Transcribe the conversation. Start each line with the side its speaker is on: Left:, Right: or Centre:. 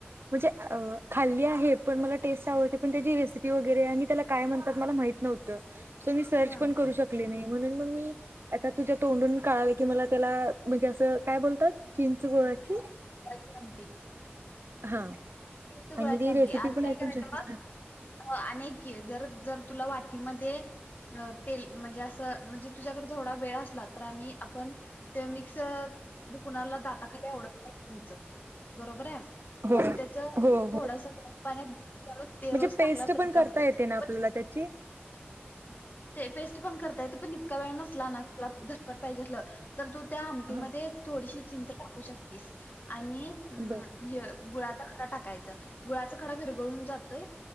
Right: म्हणजे अं खाल्ली आहे पण मला टेस्ट. पण त्याची रेसिपी वगैरे आणि त्याला काय म्हणतात मला माहित नव्हतं. सो मी सर्च
Left: हा
Right: पण करू शकली नाही म्हणून मग मी. आता तुझ्या तोंडून कळालं की मला त्याला म्हणजे असं काय बोलतात चिंच. गोळाची
Left: गुळाची आमटी.
Right: हा.
Left: चिंच गुळाची
Right: आणि ती
Left: आमटी
Right: रेसिपी
Left: आणि
Right: पण
Left: काय
Right: ऐकून
Left: करायचं
Right: शकते
Left: मग आणि ऐक की. जर जर तुला वाटीमध्ये तेल म्हणजे असं म्हणजे तुझ्याकडे थोडा वेळ असला. तर आम्ही आपण ते मिक्स म्हणजे कुणाला दाताखाली आवडत नाही चिंच. बरोबर आहे
Right: हो
Left: मग त्याच.
Right: हो
Left: थोडस
Right: हो
Left: गरम पाण्यात भिजत घालून ते
Right: म्हणजे
Left: रोज
Right: पेस्ट
Left: टाकला तरी
Right: पण
Left: चालतोय
Right: करता येते ना आपल्याला
Left: पण.
Right: त्याची
Left: ते पेस्ट पण करता येत पण इतका वेळ नसला ना तुला झटपट पाहिजे अस तर तू त्या आमटीमध्ये
Right: ह
Left: थोडीशी चिंंच टाकू शकतीस आणि अ
Right: बर
Left: हे गुळाचा खडा टाकायचं गुळाच डरून जातोय